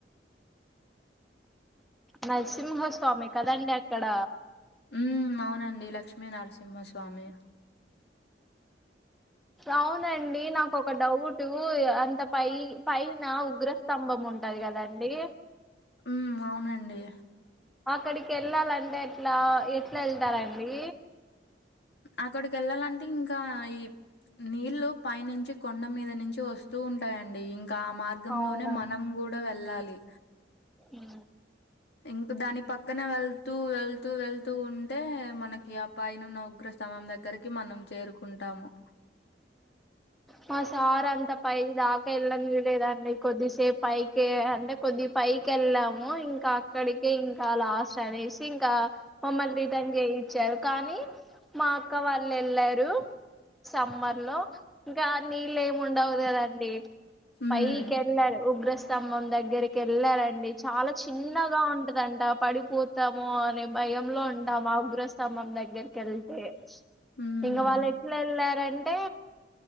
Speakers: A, in the centre; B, on the left.
A: నరసింహస్వామి కదండి అక్కడ
B: ఊమ్ అవునండి లక్ష్మీ నరసింహస్వామి
A: అవునండి నాకు ఒక డౌ టు అంత పై పైన ఉగ్ర స్తంభం ఉంటది కదండి
B: ఉమ్ అవునండి
A: అక్కడికి ఎళ్ళాలంటే ఎట్లా ఎట్లా ఎళ్తారండి
B: అక్కడికి ఎళ్ళాలంటే ఇంకా ఈ నీళ్లు పైనుంచి కొండ మీద నుంచి వస్తూ ఉంటాయండి ఇంకా ఆ మార్గంలోనే
A: అవునండి
B: మనం గూడా వెళ్ళాలి
A: ఊ
B: ఇంక దాని పక్కన వెళ్తూ వెళ్తూ ఎళ్తూ ఉన్ టే మనకి అ పైనున్న ఉగ్ర స్థంభం దగ్గరకి మనం చేరుకుంటాము
A: మా సార్ అంత పై దాకా ఎళ్ళనివ్వలేదండి కొద్దిసేపు పైకి అంటే కొద్ది పైకి ఎళ్ళాం ము ఇంకా అక్కడికే ఇంకా లాస్ట్ అనేసి ఇంకా మమ్మల్ని రిటర్న్ చేయ్ చ్చారు కానీ మా అక్క వాళ్ళు ఎళ్ళారు సమ్మర్ లో ఇంకా నీళ్ళు ఏం ఉండవు గదండి
B: ఉమ్
A: పైకిళ్ళారు ఉగ్రస్ స్తంభం దగ్గరికి వెళ్ళారండి చాలా చిన్నగా ఉంటదంట పడిపో తము అనే బయంలో ఉంటాం ఆ ఉగ్రస్తంభం దగ్గరికేళ్తే
B: ఉమ్
A: ఇంగ వాళ్ళు ఎట్లా ఎల్లర్ అంటే